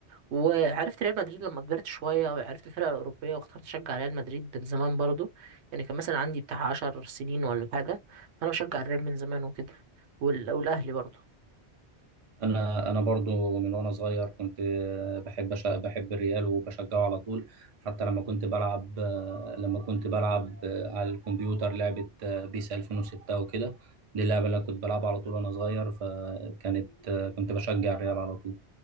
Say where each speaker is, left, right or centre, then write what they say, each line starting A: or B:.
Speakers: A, on the right; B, on the right.
A: وعرفت ريال مدريد لما كبرت شويه وعرفت الفرق الاوروبيه واخترت اشجع ريال مدريد من زمان برضو يعني كان مثلا عندي بتاع 10 سنين ولا حاجه فانا بشجع الريال من زمان وكده وال- والاهلي برضو
B: انا انا برضو من وانا صغير كنت بحب أش... بحب الريال وبشجعه على طول حتى لما كنت بلعب لما كنت بلعب على الكمبيوتر لعبة بيس 2006 وكده دي اللعبة اللي أنا كنت بلعبها على طول وانا صغير فكانت كنت بشجع الريال على طول